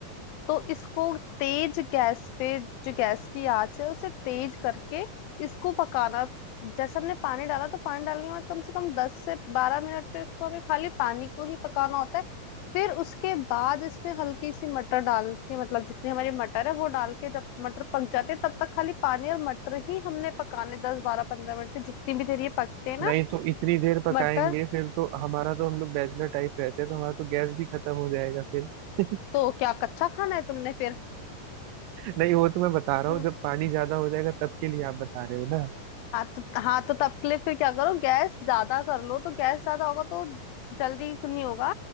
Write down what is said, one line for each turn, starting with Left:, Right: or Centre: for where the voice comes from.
Left: तो इसको तेज गैस पे जो गैस की आंच है उसे तेज करके इसको पकाना जैसे हमने पानी डाला तो पानी डालने के बाद कम से कम दस से बारह मिनट तो इसको हमें खाली पानी को ही पकाना होता है फिर उसके बाद इसमें हल्की सी मटर डाल के मतलब जितनी हमारी मटर है वो डाल के जब मटर पक जाते हैं तब तक खाली पानी और मटर ही हमने पकाने दस बारह पंद्रह मिनट में जितनी भी देर ये पकते हैं ना
Right: नहीं तो इतनी देर पकाएंगे
Left: मटर
Right: फिर तो हमारा तो हम लोग बैचलर टाइप रहते हैं तो हमारा तो गैस भी खत्म हो जाएगा फिर <laughs>
Left: तो क्या कच्चा खाना है तुमने फिर
Right: नहीं वो तो मैं बता रहा
Left: हम्म।
Right: हूँ जब पानी ज्यादा हो जाएगा तब के लिए आप बता रहे हो ना
Left: हाँ तो हाँ तो तब के लिए फिर क्या करो गैस ज्यादा कर लो तो गैस ज्यादा होगा तो जल्दी नहीं होगा